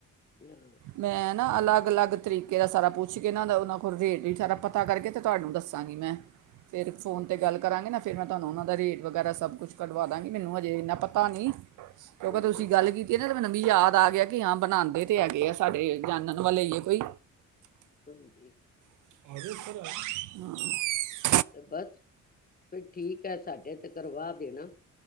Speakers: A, on the left; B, on the right.
A: ਹਾਂ।
B: ਮੈਂ ਨਾ ਅਲੱਗ-ਅਲੱਗ ਤਰੀਕੇ ਦਾ ਸਾਰਾ ਪੁੱਛ ਕੇ ਇਹ ਦਾ ਉਹਨਾਂ ਕੋਲ ਰੇਟ ਵੀ ਸਾਰਾ ਪਤਾ ਕਰਕੇ ਤੇ ਤੁਹਾਨੂੰ ਦੱਸਾਂਗੀ ਮੈਂ। ਫੇਰ ਫੋਨ
A: ਅੱਛਾ
B: ਤੇ ਗੱਲ ਕਰਾਂਗੇ ਨਾ ਫਿਰ ਮੈਂ ਤੁਹਾਨੂੰ ਉਹਨਾਂ ਦਾ ਰੇਟ ਵਗੈਰਾ ਸਭ ਕੁੱਛ ਕਢਵਾ ਦਾਂਗੀ ਮੈਨੂੰ ਹਜੇ ਇੰਨਾ ਪਤਾ ਨੀ ਕਿਉਂਕਿ
A: ਹਾਂਜੀ
B: ਤੁਸੀਂ ਗੱਲ ਕੀਤੀ ਹੈ ਮੈਨੂੰ ਵੀ ਯਾਦ ਆ ਗਿਆ ਕਿ ਹਾਂ ਬਣਾਉਂਦੇ ਤੇ ਹੈਗੇ ਆ ਸਾਡੇ ਜਾਨਣ ਵੱਲ ਲਈਏ ਕੋਈ
A: ਹਾਂਜੀ
B: ਹ ਤ
A: ਤੇ ਬਸ ਫਿਰ ਠੀਕ ਸਾਡੇ ਤੇ ਕਰਵਾ ਦੇਣਾ